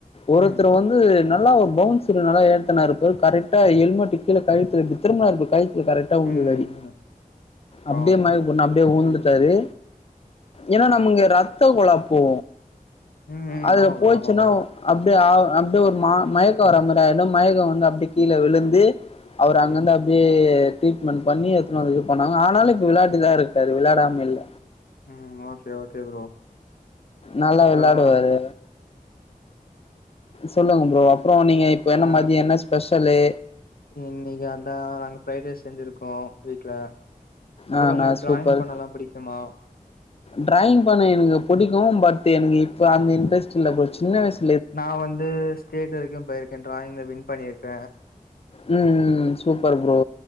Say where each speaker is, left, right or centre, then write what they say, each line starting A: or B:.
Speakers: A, on the left; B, on the left.
A: ஒருத்தர்
B: ம்
A: வந்து ஒரு பௌன்ஸர் கரெக்டா கெல்மெட் கீழழுத்த கழத்து <unintelligible> கரெக்டா உளுந்தது
B: ம்
A: அடி
B: ம் ம் பாவோ
A: அப்டியே மயக்கம்போட்டு அப்டியே ஊழ்ந்துட்டாரு
B: ம்
A: ஏன்னா நாம இங்க ரத்த கொழப்போ
B: ம் ம்
A: அதுல
B: ஆமா
A: போச்சுன்னா
B: ப்ரோ ஆமா ஆமா
A: அப்டியே ஆ அப்டி ஒரு மா மயக்கம் வரா மதிரி ஆயிடு மயக்க வந்து அப்டி கீழ விழுந்து அவர் அங்கந்து
B: ம்
A: அப்டியே ட்ரீட்மெண்ட் பண்ணி இது பண்ணாங்க ஆனாலு இப்ப விளயாடிதா இருக்காரு விளாடாம இல்ல
B: உம் ஓகே ஓகே ப்ரோ
A: நல்லா
B: அப்றோ
A: விளாடுவாரு சொல்லுங்க ப்ரோ அப்றோ நீங்க இப்ப என்ன
B: ஆ
A: மதிய என்ன ஸ்பெஷலு
B: இன்னைக்கு அதா நாங்க பிரஃரைட் ரைஸ் செஞ்சிருக்கோ வீட்ல அப்றோ
A: ஆ
B: உங்களுக்கு
A: நா சூப்பர்
B: டிராயிங் பண்ணலா புடிக்குமா
A: டிராயிங் பண்ணுவே எனக்கு பிடிக்கு பட் எனக்கு இப்ப அந்த இன்ட்ரஸ்டு இல்ல சின்ன வியம
B: நா வந்து ஸ்டேட் வரைக்கு போயிருக்கே டிராயிங்ல வின் பண்ணியிருக்கே
A: உம் உம் உம் சூப்பர் ப்ரோ